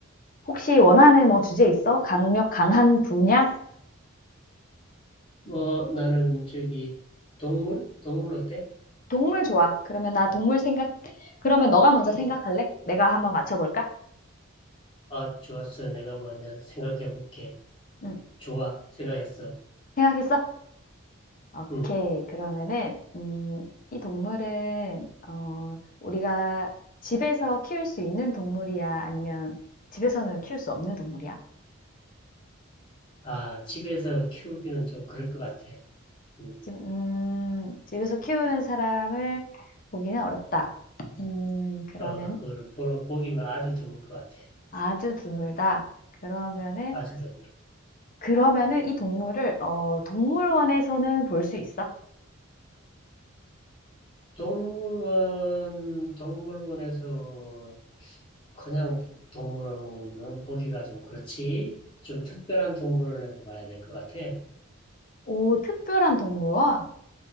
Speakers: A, on the left; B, on the left.
A: 혹시 원하는 뭐 주제 있어? 강력, 강한 분야?
B: 뭐, 나는 저기, 동물? 동물 어때?
A: 동물 좋아. 그러면 나 동물 생각, 그러면 너가 먼저 생각할래? 내가 한번 맞춰볼까?
B: 아, 좋았어. 내가 먼저 생각해볼게.
A: 응.
B: 좋아. 생각했어.
A: 생각했어? 오케이.
B: 음.
A: 그러면은, 음, 이 동물은, 어, 우리가 집에서 키울 수 있는 동물이야? 아니면 집에서는 키울 수 없는 동물이야?
B: 아, 집에서 키우기는 좀 그럴 것 같아. 음.
A: 집, 음, 집에서 키우는 사람을 보기는 어렵다. 음, 그러면
B: 어, 그거를 보러, 보기만 아주 드물 것 같아.
A: 아주 드물다. 그러면은,
B: 아주 드물.
A: 그러면은 이 동물을, 어, 동물원에서는 볼 수 있어?
B: 동물원, 동물원에서 그냥 동물원은 보기가 좀 그렇지. 좀 특별한 동물원에서 봐야 될 것 같아.
A: 오, 특별한 동물원?